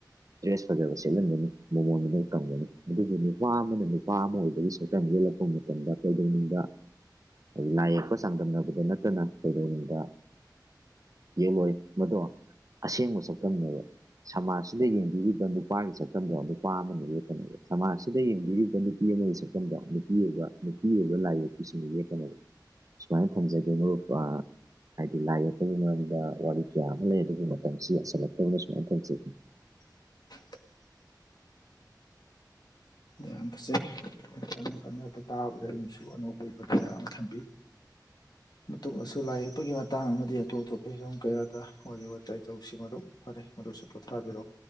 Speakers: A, on the right; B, on the left.
A: ꯗ꯭ꯔꯦꯁ ꯐꯖꯕ ꯁꯦꯠꯍꯟꯒꯅꯤ ꯃꯃꯣꯟ ꯃꯅꯜ ꯀꯪꯒꯅꯤ ꯑꯗꯨꯕꯨ ꯅꯨꯄꯥ ꯑꯃꯅ ꯅꯨꯄꯥ ꯑꯃ ꯑꯣꯏꯕꯒꯤ ꯁꯛꯇꯝ ꯌꯜꯂꯛꯄ ꯃꯇꯝꯗ ꯀꯩꯗꯧꯅꯤꯡꯅꯨꯡꯗ ꯍꯥꯏꯗꯤ ꯂꯥꯏ ꯌꯦꯛꯄ ꯆꯥꯡꯗꯝꯅꯕꯗ ꯅꯠꯇꯅ ꯀꯩꯗꯧꯅꯨꯡꯗ ꯌꯦꯜꯂꯣꯏ ꯃꯗꯣ ꯑꯁꯦꯡꯕ ꯁꯛꯇꯝꯅꯦꯕ ꯁꯃꯥꯖꯁꯤꯗ ꯌꯦꯡꯕꯤꯔꯤꯕ ꯅꯨꯄꯥꯒꯤ ꯁꯛꯇꯝꯗꯣ ꯅꯨꯄꯥ ꯑꯃꯅ ꯂꯦꯞꯀꯅꯦꯕ ꯁꯃꯥꯖꯁꯤꯗ ꯌꯦꯡꯕꯤꯔꯤꯕ ꯅꯨꯄꯤ ꯌꯦꯉꯒꯤ ꯁꯛꯐꯝꯗꯣ ꯅꯨꯄꯤ ꯑꯣꯏꯕ ꯅꯨꯄꯤ ꯑꯣꯏꯕ ꯂꯥꯏ ꯌꯦꯛꯄꯤꯁꯤꯡꯅ ꯌꯦꯛꯀꯅꯦ ꯁꯨꯃꯥꯏꯅ ꯊꯝꯖꯒꯦ ꯃꯔꯨꯞ ꯍꯥꯏꯗꯤ ꯂꯥꯏ ꯌꯦꯛ ꯃꯗ ꯋꯥꯔꯤ ꯀꯌꯥ ꯑꯃ ꯂꯩ ꯑꯗꯨꯒꯤ ꯃꯇꯝꯁꯤ ꯌꯥꯁꯜꯂꯛꯇꯧꯅ ꯁꯨꯃꯥꯏꯅ ꯊꯧꯖꯦ
B: <inaudible> ꯌꯥꯝꯁꯦ ꯀꯟꯅ ꯀꯟꯅ ꯇꯥꯕꯗ ꯑꯩꯅꯁꯨ ꯑꯅꯧꯕ ꯑꯣꯏꯕ ꯀꯌꯥ ꯑꯃ ꯊꯝꯕꯤ ꯃꯇꯨꯡꯗꯁꯨ ꯂꯥꯏ ꯌꯦꯛꯄꯒꯤ ꯃꯇꯥꯡ ꯑꯃꯗꯤ ꯑꯇꯣꯞ ꯑꯇꯣꯞꯄ ꯍꯤꯔꯝ ꯀꯌꯥꯗ ꯋꯥꯔꯤ ꯋꯥꯇꯥꯏ ꯇꯧꯁꯤ ꯃꯔꯨꯞ ꯐꯔꯦ ꯑꯗꯨꯁꯨ ꯄꯣꯊꯥꯕꯤꯔꯛꯑꯣ